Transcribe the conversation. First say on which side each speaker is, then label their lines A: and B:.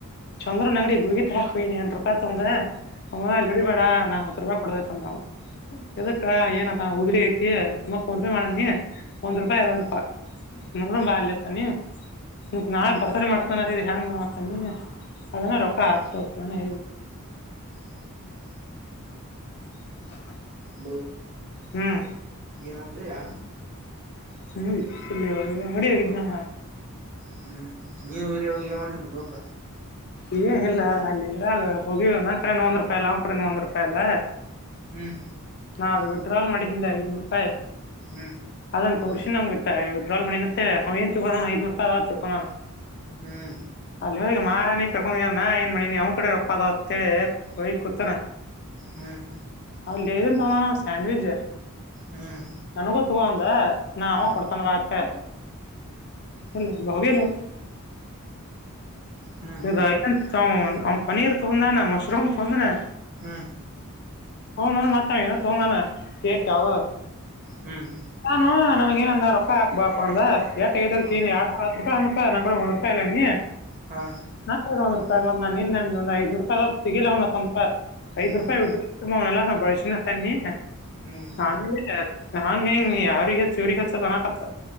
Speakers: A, on the left (about 45°); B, on the right (about 35°).
A: ಚಂದ್ರನು ನಂಗಡಿ ಗುಳಿಗೆ ಥರಾ ಹೋಯಿದೆ ಯಂತ್ರಪ್ಪ ಅಂದ್ರೆ. ಅವ ಅಂಗಡಿ ಬೇಡ ನಾ ತಿರ್ಗ ಕೊಡದೈತ್ ಅಂದ ಅದಕ್ಕ ಏನಪ್ಪ ಉಗುಡಿ ಐತಿ. ಮ ಫೋನ್ ಪೇ ಮಾಡ ನೀ ಒಂದ್ ರೂಪಾಯಿ ಎಲ್ಲಂತ ಎಲ್ಲ ಬಾ ಲೆಕ್ಕ ನೀ. ಇಂಕುವ ಬರ್ತಡೇ ಮಾಡ್ಕೋಣೋದು ಹೆಂಗ್ ಮಾಡ್ಕೊನಿ. ಸುಮ್ನೆ ರೊಕ್ಕ ಹಾಕುಸ್ಬೇಕ್ ತಾನೆ.
B: <inaudible>
A: ಹ <unintelligible>
B: ಹುಳಿ
A: ಹ್ಮ್
B: ಏನಂತೀಯಾ
A: ಹ್ಮ ಇಲ್ಲಿ ಅಂಗಡಿ ಇದಿಯಾ.
B: ಹ್ಮ್ ನೀವು ಹಿರಿಯವಾಗ ಏನ್ ಮಾಡಿದ್ದೀರಿ ಭೂಕ.
A: ಏನಿಲ್ಲಾ ಅಲ್ಲಿದ್ರಾಗ ಹೋಗಿವ ನನ್ ಕಡೆ ಒಂದ್ ರೂಪಾಯಿ ಇಲ್ಲ ಅವನ್ ಕಡೆನು ಒಂದ್ ರೂಪಾಯಿ ಇಲ್ಲ.
B: ಹ್ಮ್
A: ನಾ ವಿಡ್ರಾ ಮಾಡಿದ್ನಲ್ಲ ಐನೂರು ರೂಪಾಯಿ.
B: ಹ್ಮ್
A: ಒಂದು ತುರುಷ್ ನಂಗೆ ಟೈ ವಿಡ್ರಾಲ್ ಮತ್ತೆ ಅವೇ ತಿಗುಣನ ಐನೂ ರೂಪಾಯಿ ಆಯ್ತು ತುಕುಣಾನ.
B: ಹ್ಮ್
A: ನೋಯು ಮಾರಾಣಿ ಕರ್ಕೊಂಡ ನ ಏನ್ ಮಣಿ ನೀ ಅವ್ ಕಡೆ ರೊಕ್ಕ ಅದ ಅತ್ ಎ ಹೋಗಿ ಕೂತನ.
B: ಹ್ಮ್
A: ಅಲ್ಲೇನ್ ತಗೊಣನ ಸ್ಯಾಂಡ್ವಿಚ್.
B: ಹ್ಮ್
A: ನನಗೂ ತೊಗ ಅಂದ ನಾ
B: ಹ್ಮ್
A: ಅವ ಕೊಡ್ತಾನಲ ಆಚೆ. ನನ್ ಬಾಬಿ ನೋತು.
B: ಹ್ಮ್
A: ಈಗ ಏನ್ ತ ಅವನ್ ಪನೀರ್ ತೊಂದಾನ ಮಶ್ರೂಮ್ ತೊಂದಾನ.
B: ಹ್ಮ್
A: ಅವನುಮತ್ತೆ ಏನು ತಂದಾನ ಕೇಕ್ ಹ
B: ಹ್ಮ್
A: ಅನಾ. ನನ ಏನಂದ ರೊಕ್ಕ ಹಾಕ್ ಬಾಪ್ಪ ಅಂದ ಏಟ ತದಿ
B: ಹ
A: ಆ ಹತ್ತು ರೂಪಾಯಿ ಅಂದಪ ನ ಕೂಡ ಒಂದ್ೂಪಾಯಿ ಅಲ್ಲನಿ
B: ಹಾ
A: ನಪ್ರಗಾವೃತ್ತ ನೋಡ್ ನಾ ನಿನ್ನಗೊಂದ್ ಐದುನೂರು ರೂಪಾಯಿ ತೆಗಿಲಾನ್ನ ತನಕ ಐದು
B: ಹ್ಮ್
A: ರೂಪಾಯಿ ಒ ತುಂಬಾ ಎಲ್ಲಾಗ್ ಒಂದ್ ಬರ್ ರ್ಶಿಣ ತನ್ನಿ
B: ಹ್ಮ್
A: ಆಮೇಲೆ ಹಂಗ ಹೆಂಗ ಯಾರ್ರಿಗೆ ಹಚ್ಚ ಇವ್ರಿಗೆ ಹಚ್ಚನ್ನ ಹತ್ತ